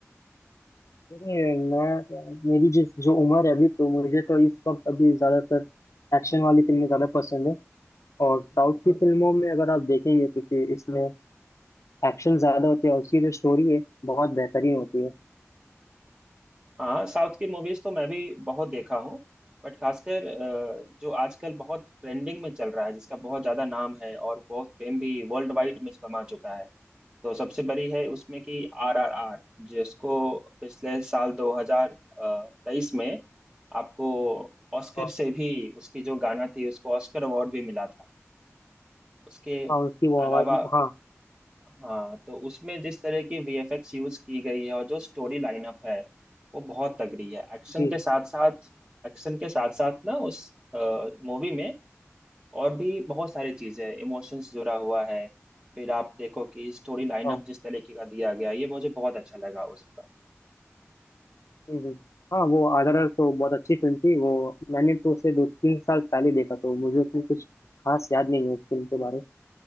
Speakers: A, on the left; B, on the right.
A: ये मैं मेरी जिस जो उम्र है अभी तो मुझे तो इस वक्त अभी ज़्यादातर एक्शन वाली फिल्में ज़्यादा पसंद है और साउथ
B: बिल्कुल
A: की फिल्मों में अगर आप देखेंगे क्योंकि इसमें एक्शन ज़्यादा होते हैं और उसकी जो स्टोरी है बहुत बेहतरीन होती है
B: हाँ साउथ की मूवीज तो मैं भी बहुत देखा हूँ बट खासकर अ, जो आजकल बहुत ट्रेंडिंग में चल रहा है जिसका बहुत ज्यादा नाम है और बहुत फेम भी वर्ल्ड वाइड में कमा चुका है तो सबसे बड़ी है उसमें कि आरआरआर जिसको पिछले साल 2023 में आपको ऑस्कर
A: हाँ
B: से भी उसकी जो गाना थी उसको ऑस्कर अवार्ड भी मिला था उसके
A: हाँ उसकी वो
B: अलावा
A: आवाज़ हाँ
B: हाँ तो उसमें जिस तरह की वीएफएक्स यूज की गई है और जो स्टोरी लाइनअप है वो बहुत तगड़ी है एक्शन
A: जी
B: के साथ साथ एक्शन के साथ साथ ना उस मूवी में और भी बहुत सारी चीजें इमोशंस जुड़ा हुआ है फिर आप देखो कि स्टोरी लाइनअप
A: हाँ
B: जिस तरीके का दिया गया ये मुझे बहुत अच्छा लगा उसका
A: जी जी। हाँ वो आदरर तो बहुत अच्छी फिल्म थी वो मैंने तो उसे दो तीन साल पहले देखा तो मुझे उतनी कुछ खास याद नहीं है उस फिल्म के बारे में